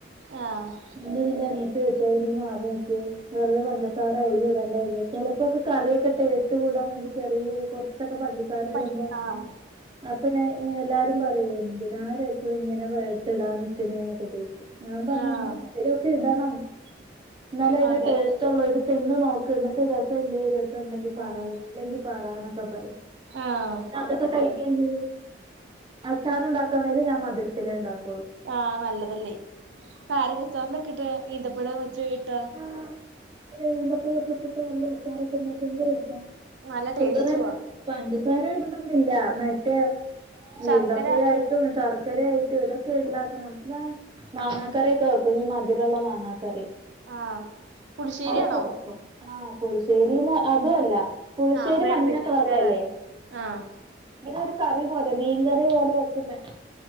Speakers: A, on the right; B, on the right.
A: ആഹ്
B: ഇന്ന് നിന്റെ അനിയത്ത് വെച്ചോട് നീ മാറി നിക്ക് വെറുതെ പഞ്ചസാര അയ്ല് ഇടെണ്ടാ അയ്ല്. ചെലപ്പൊക്കെ കറിയൊക്കെ ടേസ്റ്റ് കൂടാൻ വേണ്ടി ചെറിയെ കൊർച്ചൊക്കെ പഞ്ചസാര
A: പണ്ട്
B: ഇടുമ്പൊ
A: ആഹ്
B: അപ്പൊ ഞ എല്ലാരും പറയും എന്തിനാരെച് ഇങ്ങനെ പടുത്തിടാൻ നിക്കുന്നൊക്കെ ചോദിച്ചു ഞാൻ പറഞ്ഞുമ്മ
A: ആഹ്
B: മധുരൊക്കെ ഇടണം എന്നാലെ അതിന്റെ
A: അതെ
B: ടേസ് ഇഷ്ട്ടള്ളോ ഇത് തിന്ന് നോക്ക് ഇന്നെട്ട് രെസല്ലെ രെസംഇണ്ടെങ്കി പറ
A: ആഹ്
B: ഇല്ലെങ്കിൽ പറ എന്നൊക്കെ പറയും.
A: ആഹ്
B: പിന്നെ അതൊക്കെ കഴിക്കെ ചെയ്യും അച്ചാറ് ഇണ്ടാക്കാണെലും ഞാൻ മധുരത്തിലെ ഇണ്ടാക്കു
A: ആഹ് നല്ലതല്ലേ കാരക്കച്ചാറിലൊക്കെ ഇട്ട് ഈന്തപ്പഴ വെച്ച് ഇട്ടാ
B: ആഹ് ഇത് ഇന്ന് ഇന്റെ ഇപ്പക്കെ ഇട്ടിട്ട് നല്ല അച്ചാറൊക്കെ ഇണ്ടാക്കിയാൽ എന്ത് രെസ.
A: നല്ല
B: ഷുഗറന്നെ
A: ടേസ്റ്റുവാ
B: പഞ്ചസാരയിടണം ഇല്ല മറ്റേ
A: ശർക്കര
B: ഈന്തപ്പയായി ശർക്കരെ ആയിട്ടും ഇതൊക്കെ ഇണ്ടാക്കണം ന്നാ മാങ്ങാക്കറിയൊക്കെ വെക്കും ഈ മധുരുള്ള മാങ്ങാക്കറി
A: ആഹ് പുളിശ്ശേരിയാണോ
B: അതൊക്കെ വെക്കും. ആഹ്, പുളിശ്ശേരിന്ന് അതു അല്ല. പുളിശ്ശേരി
A: ആഹ് വേറെ
B: മഞ്ഞക്കളറിലല്ലെ
A: ടൈ വേറെ ആഹ്
B: ഇതൊരു കറി പോലെ മീൻകറി പോലെ വെക്കുന്നെ